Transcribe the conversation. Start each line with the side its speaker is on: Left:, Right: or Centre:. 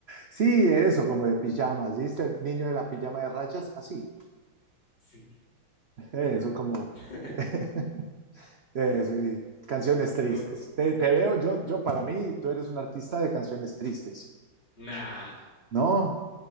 Right: Sí, eso, como de pijamas, ¿viste? El niño de la pijama de rayas, así.
Left: sí.
Right: Eso, como.
Left: <laughs>
Right: <laughs> Eso, y canciones tristes.
Left: Estuvo tu-
Right: Te, te veo, yo, yo para mí, tú eres un artista de canciones tristes,
Left: Nah,
Right: ¿no?